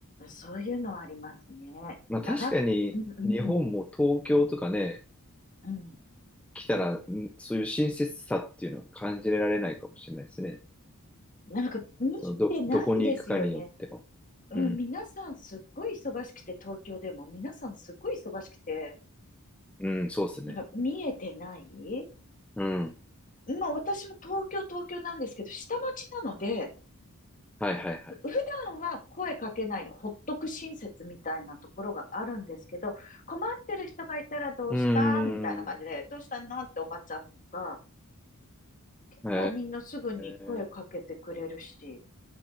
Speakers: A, on the left; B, in the centre.
A: そういうのはありますね。
B: まあ確かに日本も東京とかね、
A: 長く、うんうん、うん。
B: 来たら、んそういう親切さっていうのは感じられないかもしれないですね。
A: なんか見てないですよね。
B: そのど、どこに行くかによっても。
A: うん、
B: うん、
A: 皆さんすっごい忙しくて、東京でも皆さんすっごい忙しくて、
B: うん、そうですね。
A: なんか見えてない
B: うん、
A: まあ私も東京、東京なんですけど、下町なので、
B: はいはいはい。
A: 普段は声かけないでほっとく親切みたいなところがあるんですけど、困ってる人がいたらどうしたみたいな感じで、
B: うーん、
A: どうしたのっておばちゃんとか、結構みんなすぐに声かけてくれるし、
B: えー、